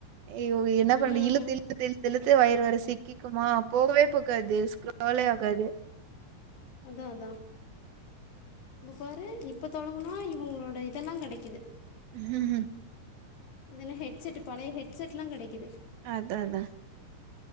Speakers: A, on the right (about 70°); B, on the left (about 80°).
A: அய்யோ என்ன
B: ம்
A: பண்ற இழுத்து இழுத்துட்டு இழுத் து இலுத்து ஒயர் வேர சிக்கிக்குமா போகவே போகாது ஸ்க்ரோலே ஆகாது
B: அதா அதா இங்க பாரு இப்ப தொலவுனா இவங்களோட இதெல்லா கெடைக்குது
A: ம் ம்
B: இது என்ன ஹெட்செட்டு பழைய ஹெட்செட்ல்லா கெடைக்குது
A: அதா அதா